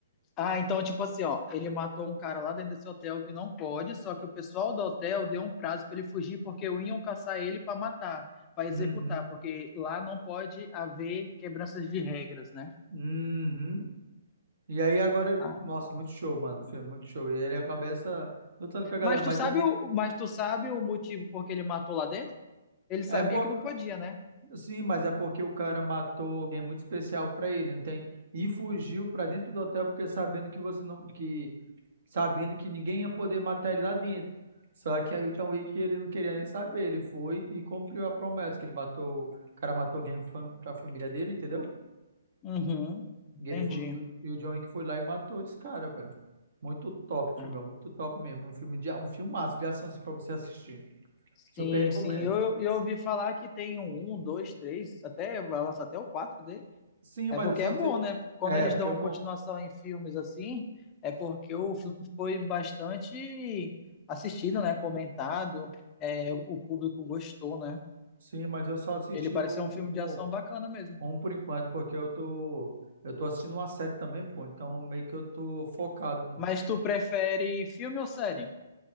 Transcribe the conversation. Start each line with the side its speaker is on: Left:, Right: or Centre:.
Left: Ah, então, tipo assim, ó, ele matou um cara lá dentro desse hotel que não pode, só que o pessoal do hotel deu um prazo pra ele fugir porque iam caçar ele pra matar, pra executar,
Right: Uhum.
Left: porque lá não pode haver quebranças de regras, né?
Right: Uhum. E aí agora,
Left: Ah.
Right: nossa, muito show, mano. O Filme, muito show. E ele cabeça lutando com a galera,
Left: Mas
Right: mas
Left: tu sabe
Right: é, meio-
Left: o, mas tu sabe o motivo por que ele matou lá dentro? Ele sabia
Right: é por,
Left: que não podia, né?
Right: sim, mas é porque o cara matou alguém muito especial pra ele, não tem? E fugiu pra dentro do hotel porque sabendo que você não que sabendo que ninguém ia poder matar ele lá dentro. Só que aí o John Wick ele não queria nem saber, ele foi e cumpriu a promessa que ele matou, o cara matou alguém fam- pra família dele, entendeu?
Left: Uhum. Entendi.
Right: E ele foi, e o e o John Wick foi lá e matou esse cara, velho. Muito top o filme,
Left: Ah,
Right: é muito top mesmo. Um filme de, a- um filmaço de ação assim, pra você assistir.
Left: Sim,
Right: Super recomendo.
Left: sim. Eu, eu ouvi falar que tem um, um, dois, três, até vai lançar até o quatro dele.
Right: Sim,
Left: É
Right: mas
Left: porque
Right: eu só
Left: é
Right: assisti.
Left: bom, né? Quando
Right: É,
Left: eles
Right: porque
Left: dão
Right: é bom.
Left: continuação em filmes assim, é porque o filme foi bastante assistido, né? Comentado, é, o o público gostou, né?
Right: Sim, mas eu só assisti
Left: Ele parece
Right: o,
Left: ser um filme
Right: o
Left: de ação bacana mesmo.
Right: um por enquanto, porque eu tô, eu tô assistindo uma série também, pô. Então meio que eu tô focado.
Left: Mas tu prefere filme ou série?